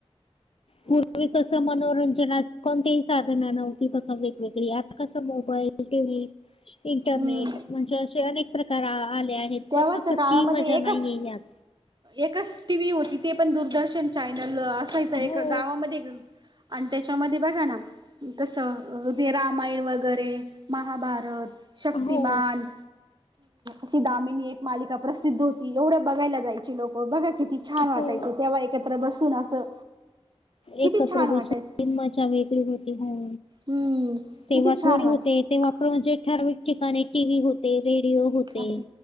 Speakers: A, on the left; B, on the right.
A: पूर्वी कसं मनोरंजनात कोणतीही साधना नव्हती बघा वेगवेगळी आता कसं मोबाईल टीव्ही. इंटरनेट
B: हम्म
A: म्हणजे असे अनेक प्रकार आले आहेत
B: तेव्हाच्या
A: पण मग क
B: काळामध्ये
A: ती मजा नाहीये
B: एकच
A: यात.
B: एकच टीव्ही होती ते पण दूरदर्शन चॅनल असायचं
A: हो,
B: एक गावामध्ये आणि त्याच्यामध्ये बघा ना. तसं रामाय वगैरे महाभारत शक्तिमान.
A: हो,
B: अशी दामिनी एक मालिका प्रसिद्ध होती एवढ्या बघायला जायची लोकं बघा किती छान वाटायचं
A: हो.
B: तेव्हा एकत्र बसून असं किती
A: एकत्र
B: छान वाटायचं
A: बसून मज्जा वेगळी होती हो,
B: हम्म
A: तेव्हा
B: किती छान
A: थोडी
B: वाट
A: होते तेव्हा प्रोजेक्ट ठरविक ठिकाणी टीव्ही होते, रेडिओ होते.
B: असं